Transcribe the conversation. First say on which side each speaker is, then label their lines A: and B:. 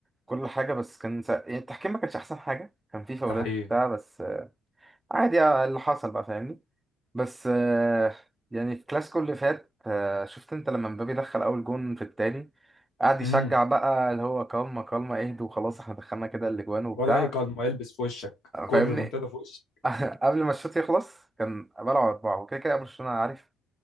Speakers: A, on the right; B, on the left.
A: كل حاجة بس كان سا... يعني التحكيم ما كانش احسن حاجة كان في فاولات
B: ده حقيقي
A: بتاع بس آه، عادي آه، اللي حصل بقى فاهمني بس آه، يعني في الكلاسيكو اللي فات آه، شفت انت لما مبابي دخل اول جون في التاني قعد يشجع
B: امم
A: بقى اللي هو كالما كالما اهدوا وخلاص احنا دخلنا كده الاجوان وبتاع
B: ولا اي قلم يلبس في وشك
A: آه،
B: كل
A: فاهمني
B: ريمونتادا في وشك
A: <laughs> قبل ما الشوط يخلص كان بلعوا اربعه وكده كده برشلونه عارف